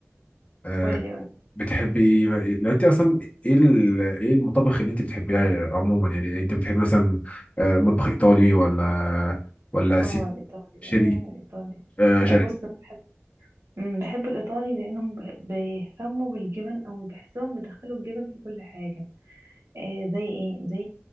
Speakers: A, on the left; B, on the right.
A: آه، آه،
B: قولي قولي
A: بتحبي ايه يعني انت اصلا ايه ال- ايه المطابخ اللي انت بتحبيها عموما يعني انت بتحبي مثلا آه، مطبخ ايطالي ولا ولا اسيوي
B: اه الايطالي
A: شرقي
B: اه الايطالي
A: آه
B: لا
A: شرقي
B: بص انا بحب مم، بحب الايطالي لانهم بح- بيهتموا بالجبن او بحسهم بيدخلوا الجبن في كل حاجه آه زي ايه زي